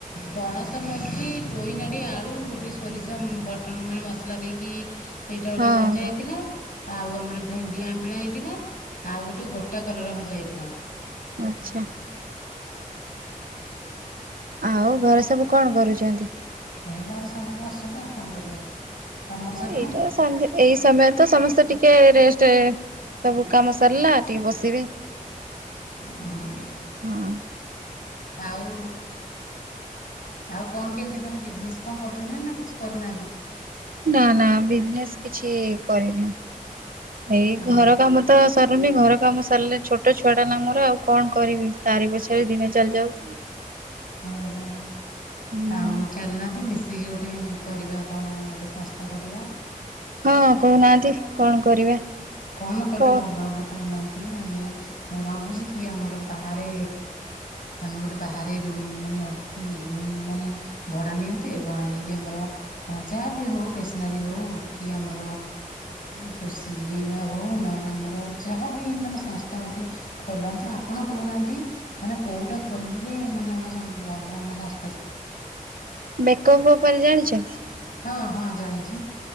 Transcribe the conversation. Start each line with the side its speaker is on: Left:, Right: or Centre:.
Left: ପଣସ ମଞ୍ଜି ପୋଇନାଡି ଆଳୁ ଗୋଟେ ସୋରିଷ ବଟନ୍ ମାନେ ମସଲା ଦେଇକି ସେଇଟା ଗୋଟେ
Right: ହଁ
Left: ଭଜା ହେଇଥିଲା। ଆଉ ଆମର ଭେଣ୍ଡି ଆମ୍ବିଳା ହେଇଥିଲା। ଆଉ ଗୋଟେ ଗୋଟା କଲର ଭଜ ଯାଇଥିଲା।
Right: ଆଛା। ଆଉ ଘରେ ସବୁ କଣ କରୁଛନ୍ତି।
Left: ଏଇ ଘରେ ସାଙ୍ଗ ବସିଛନ୍ତି ଆଉ କଣ କରିବେ। ତମର
Right: ହ
Left: ସବୁ
Right: ଏଇଟା ସନ୍ଧ୍ୟେ ଏଇ ସମୟର ତ ସମସ୍ତେ ଟିକେ ରେଷ୍ଟେ ସବୁ କାମ ସରିଲା ଟିକେ ବସିବେ
Left: ହଁ
Right: ହଁ।
Left: ଆଉ। ଆଉ କଣ କେମିତି ମାନେ ବିଜନେସ କଣ କରୁଛନ୍ତି ନା ନା କିଛି କରୁନାହାନ୍ତି।
Right: ନା ନା ବିଜନେସ କିଛି କରିନୁ। ଏଇ ଘର
Left: ଓହୋ
Right: କାମ ତ ସରୁନି ଘର। ମ ସରିଲେ ଛୋଟ ଛୁଆଟା ନା ମୋର ଆଉ କଣ କରିବି ତାରି ପଛରେ ଦିନ ଚାଲି ଯାଉଛି।
Left: ଓ ହୋ
Right: ହୁଁ
Left: ଆଉ ଚାଲ ନାହାନ୍ତି ମିଶ ସି କିି ଗୋଟେ କରିବା କଣ ଗୋଟେ ସଂସ୍ଥା ଖୋଲିବା।
Right: ହଁ କହୁନାହାନ୍ତି କଣ କରିବା।
Left: କଣ କଲେ
Right: କ
Left: ଭଲ ହବ କହୁନାହାନ୍ତି ଆମେ ମୁଁ ଭାବୁଛି କି ଆମର ବାହାରେ ଆମେ ଗୋଟେ ବାହାରେ ରୁ ମାନେ ରୁମ ମାନେ ଭଡା ନିଅନ୍ତେ ଭଡା ନେଇକି ଆମର ଯାହାବ ହଉ ଟେସନାରୀ ହଉ କି ଆମର ଯଉ ସି ବେଇବା ହଉ ନହେଲେ ଆମର ଯାହାବି ମାନେ ସଂସ୍ଥା ଗୋଟେ ଖୋଲନ୍ତି ଆପଣ କହୁନାହାନ୍ତି ମାନେ କୋଉଟା ଖୋଲିଲେ ମାନେ ଆମ ଭଲ ଆମ ସଂସ୍
Right: ମେକପ ଉପରେ ଜାଣିଛନ୍ତି।
Left: ହଁ ହଁ ଜାଣିଛି।